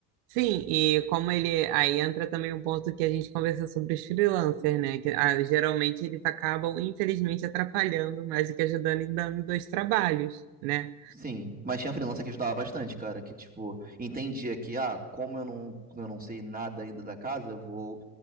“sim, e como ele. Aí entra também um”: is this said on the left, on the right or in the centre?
Right